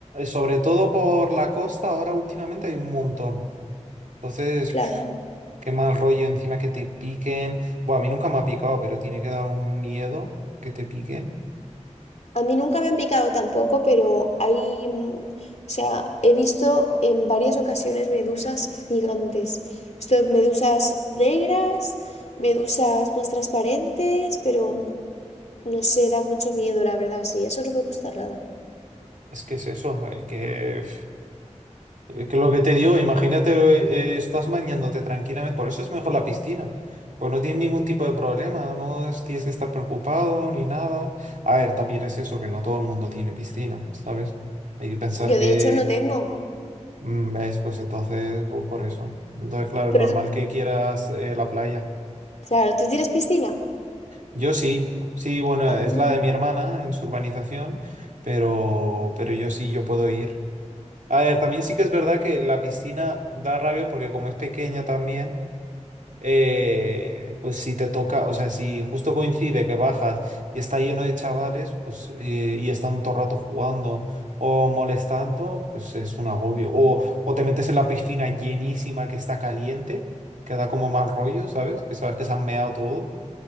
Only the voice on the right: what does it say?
sobre todo por la costa, ahora últimamente hay un montón. Entonces...
Qué mal rollo encima que te piquen. Bueno, a mí nunca me ha picado, pero tiene que dar un miedo que te piquen.
Es que es eso, es que, pf, es que lo que te digo, imagínate, eh, estás bañándote tranquilamente, por eso es mejor la piscina. Pues no tienes ningún tipo de problema, no es- tienes que estar preocupado ni nada. A ver, también es eso, que no todo el mundo tiene piscina, ¿sabes? Hay que pensar
que,
mm, ¿ves? Pues entonces, pues por eso. Entonces, claro,
normal
que quieras eh, la playa.
Yo sí, sí, bueno,
es la de mi hermana en su urbanización, pero, pero yo sí, yo puedo ir. A ver, también sí que es verdad que la piscina da rabia porque como es pequeña también, eh, pues si te toca, o sea, si justo coincide que bajas y está lleno de chavales, pues eh, y están todo el rato jugando o molestando, pues es un agobio. O, o te metes en la piscina llenísima que está caliente, que da como mal rollo, ¿sabes? Que sabes que se han meado todo.